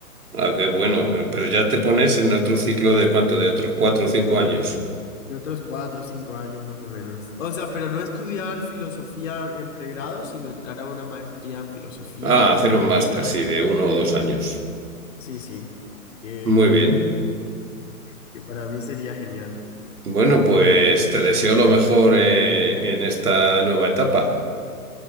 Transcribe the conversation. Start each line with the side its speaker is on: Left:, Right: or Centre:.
Right: Ah, qué bueno. eh, Pero ya te pones en otro ciclo de cuánto, de otros cuatro o cinco años.
Left: Y otros cuatro o cinco años más o menos. O sea, pero no estudiar filosofía en pregrado, sino entrar a una maestría en filosofía
Right: Ah, hacer
Left: y le...
Right: un máster, sí, de uno o dos años.
Left: Sí, sí, que,
Right: Muy bien.
Left: que para mí sería genial.
Right: Bueno, pues te deseo lo mejor, eh, en esta nueva etapa.